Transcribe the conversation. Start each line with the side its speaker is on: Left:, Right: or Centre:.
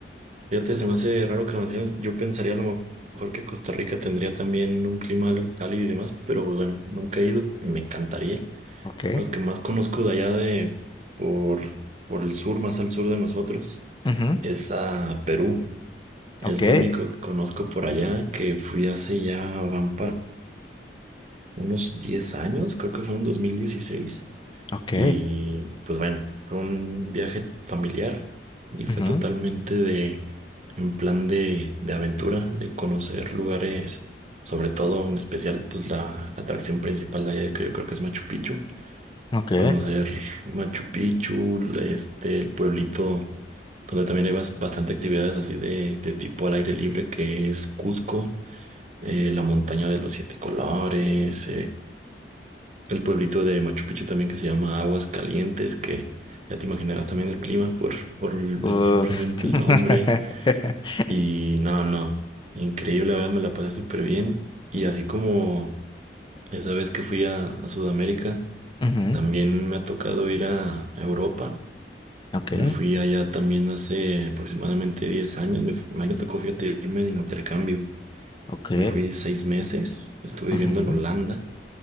Right: Fíjate, se me hace raro que lo menciones. Yo pensaría a lo mejor que Costa Rica tendría también un clima algo cálido y demás, pero pues, bueno, nunca he ido y me encantaría.
Left: Ok.
Right: Lo que más conozco de allá de por, por el sur, más al sur de nosotros,
Left: Ujú.
Right: es a Perú. Es
Left: Ok.
Right: lo único que conozco por allá, que fui hace ya, van para unos 10 años, creo que fue en 2016
Left: Ok.
Right: Y pues bueno, fue un viaje familiar y fue
Left: Ujú.
Right: totalmente de, en plan de, de aventura, de conocer lugares, sobre todo en especial, pues la, la atracción principal de allá, que yo creo que es Machu Picchu.
Left: Ok.
Right: Conocer Machu Picchu, este, el pueblito donde también hay bas- bastante actividades así de, de tipo al aire libre, que es Cusco, eh, la montaña de los siete colores, el pueblito de Machu Picchu también que se llama Aguas Calientes, que ya te imaginarás también el clima por, por el-
Left: Uf.
Right: simplemente
Left: <laughs>
Right: el nombre. Y no, no, increíble, la verdad me la pasé súper bien. Y así como esa vez que fui a, a Sudamérica,
Left: Ujú.
Right: también me ha tocado ir a Europa.
Left: Ok.
Right: Me fui allá también hace aproximadamente 10 años. Me, fu- me tocó, fíjate, irme de intercambio.
Left: Ok.
Right: Me fui seis meses, estuve
Left: Ujú.
Right: viviendo en Holanda